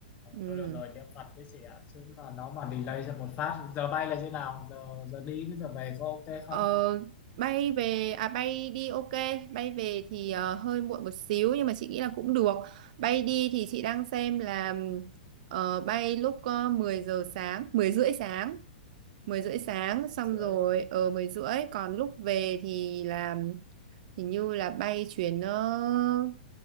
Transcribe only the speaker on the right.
ừ.
Ờ, bay về à bay đi ok bay về thì ờ, hơi muộn một xíu nhưng mà chị nghĩ là cũng được bay đi thì chị đang xem là ờ, bay lúc ờ, 10 giờ sáng 10 rưỡi sáng 10 rưỡi sáng
xong
rồi ở 10 rưỡi còn lúc về thì là hình như là bay chuyến uh,